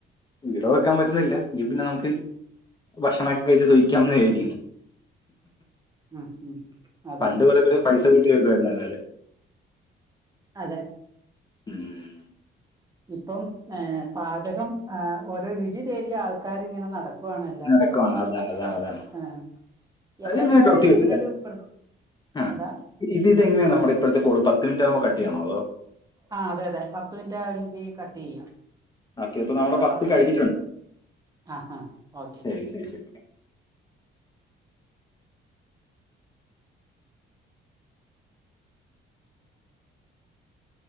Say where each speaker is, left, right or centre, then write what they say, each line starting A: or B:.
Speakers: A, on the left; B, on the right.
A: വീടോ വെക്കാൻ പറ്റുന്നില്ല എങ്കിൽ പിന്നെ നമുക്ക് ഭക്ഷണൊക്കെ കഴിച്ചു സുഖിക്കാവുന്ന് വിചാരിക്കുന്നു
B: ഉം ഉം അതെ
A: പണ്ട് ഇവടൊക്കെ പൈ കൂട്ടി വെക്കുവായിരുന്നു ആളുകള്
B: അതെ
A: ഉം
B: ഇപ്പം പാചകം ആഹ് ഓരോ രുചി തേടി ആൾക്കാരിങ്ങനെ നടക്കും ക്കുവാണ് എല്ലായിടത്തോടെയും
A: നടക്കുവാണ് അതാണ് അതാണ് അതാണ്
B: ആഹ് എവിടെ
A: അത്
B: പോയാലും
A: ഞാൻ കൗട്ടി വെച്ചിട്ടുണ്ട്
B: ഇതിനൊരു പ്ര
A: ആഹ്
B: എന്താ
A: ഇത് ഇതെങ്ങനെയാ നമ്മുടെ ഇപ്പോഴത്തെ കോള് പത്ത് മിനിറ്റ് ആകുമ്പോ കട്ട് ചെയ്യണോ അതോ
B: ആഹ് അതെ അതെ പത്ത് മിനിറ്റ് ആയെങ്കി കട്ട് ചെയ്യാം
A: ആക്കെ ഇപ്പ നമ്മുടെ
B: ആ
A: പത്ത് കഴിഞ്ഞിട്ടുണ്ട്
B: കഴിഞ്ഞു ആ ആ ഓക്കെ
A: ശെരി ശെരി